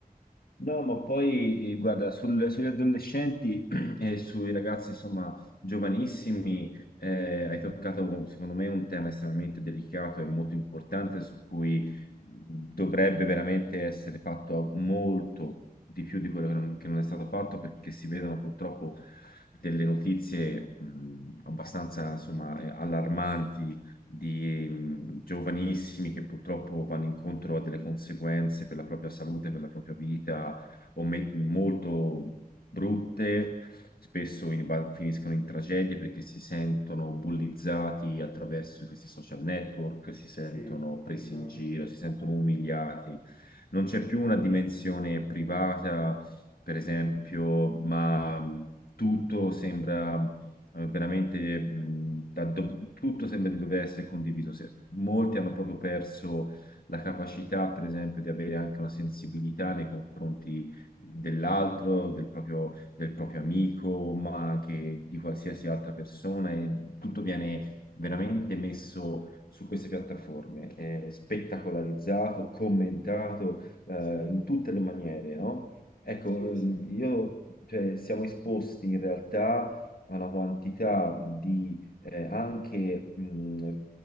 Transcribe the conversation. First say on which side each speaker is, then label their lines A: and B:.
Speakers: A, on the left; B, on the left.
A: No, ma poi eh, guarda, sul- sugli adolescenti <clears throat> e sui ragazzi, insomma, giovanissimi, eh, hai toccato, secondo me, un tema estremamente delicato e molto importante su cui dovrebbe veramente essere fatto molto di più di quello che non, che non è stato fatto, perché si vedono purtroppo delle notizie, mh, abbastanza, insomma, eh, allarmanti di mh, giovanissimi che purtroppo vanno incontro a delle conseguenze per la propria salute, per la propria vita o me- molto brutte, spesso in- va- finiscono in tragedie perché si sentono bullizzati attraverso questi social network, si sentono
B: Sì,
A: presi
B: il
A: in giro, si sentono umiliati. Non c'è più una dimensione privata, per esempio, ma mm, tutto sembra eh, veramente mh, da dov- tutto sembra di dover essere condiviso. Se- molti hanno proprio perso la capacità, per esempio, di avere anche una sensibilità nei confronti dell'altro, del proprio, del proprio amico, ma anche di qualsiasi altra persona e tutto viene veramente messo su queste piattaforme, eh, spettacolarizzato, commentato eh,
B: sì,
A: in tutte le maniere, no? Ecco,
B: sì,
A: ehm,
B: sì,
A: io, cioè, siamo esposti in realtà a una quantità di eh, anche, mh,